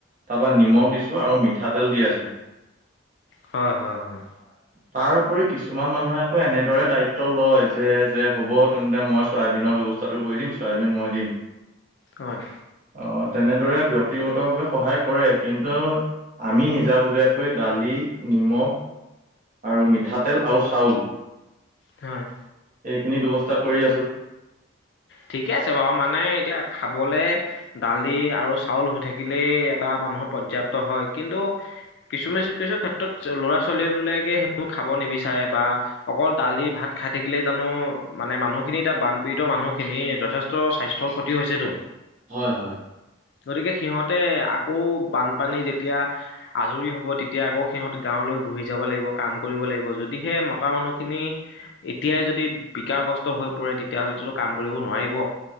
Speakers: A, on the right; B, on the left.
A: তাৰপৰা নিমখ দিছোঁ আৰু মিঠাতেল দি আছোঁ।
B: হয় হয় হয়।
A: পাৰ, কিছুমান মানুহে আকৌ এনে দৰে দায়িত্ব লয় যে যে হ'ব তেন্তে মই চয়াবিনৰ ব্যয়ৱস্থাটো কৰি দিম চয়াবিন মই দিম।
B: হয়।
A: অ তেনেদৰে ব্যক্তিগতভাৱে সহায় কৰে কিন্তু আমি নিজাববীয়াকৈ দালি, নিমখ, আৰু মিঠাতেল আৰু চাউল।
B: হয়।
A: এইখিনি ব্যৱস্থা কৰি আছো।
B: ঠিকে আছে বাৰু মানে এতিয়া খাবলে দালি আৰু চাউল হৈ থাকিলেই এটা মানুহ পৰ্যাপ্ত হয় কিন্তু কিছুমানকিছু ক্ষেত্ৰত ল'ৰা ছোৱালীবিলকে সেইবোৰ খাব নিবিচাৰে বা অকল দালি ভাত খাই থাকিলে জানো মানে মানুহখিনি এতিয়া বানপীড়িত মানুহ। খিনি যথেষ্ট স্বাস্থ্যৰ ক্ষতিও হৈছেতো।
A: হয় হয়।
B: গতিকে সিহঁতে আকৌ বানপানী যেতিয়া আজৰি হব তেতিয়া আকৌ সিহঁত গাঁৱলৈ ঘূৰি যাব লাগিব কাম কৰিব লাগিব যদিহে মতা মানুহখিনি এতিয়াই যদি বিকাৰ গ্ৰস্ত হৈ পৰে তেতিয়াহলেটো কাম কৰিব নোৱাৰিব।